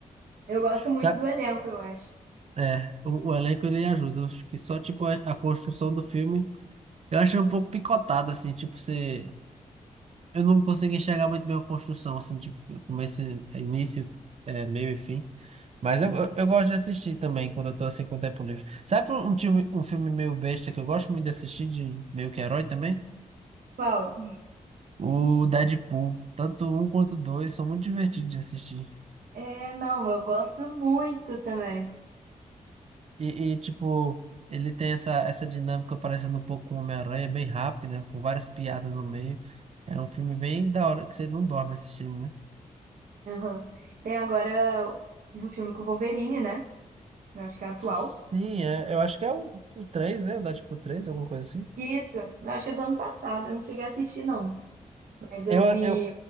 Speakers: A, on the right; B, on the right.
A: Eu gosto muito
B: Sabe?
A: do elenco, eu acho.
B: É, o, o elenco ele ajuda. Eu acho que só tipo a, a construção do filme, eu achei um pouco picotada assim, tipo, você eu não consegui enxergar muito bem a construção assim, tipo, começo, e- início, é, meio e fim. Mas eu, eu, eu gosto de assistir também quando eu tô assim com o tempo livre. Sabe um, um filme, um filme meio besta que eu gosto muito de assistir de meio que herói também?
A: Qual?
B: O Deadpool, tanto um quanto dois, são muito divertidos de assistir.
A: É, não, eu gosto muito também.
B: E, e, tipo, ele tem essa, essa dinâmica parecendo um pouco com Homem-Aranha, bem rápida, com várias piadas no meio. É um filme bem da hora que você não dorme assistindo, né?
A: Aham. Tem agora um filme com o Wolverine, né? Eu acho que é atual.
B: Sim, é, eu acho que é o, o 3, né? O Deadpool 3 alguma coisa assim.
A: Isso, eu acho que é do ano passado. Eu não cheguei a assistir, não. Mas eu
B: Eu,
A: vi
B: eu,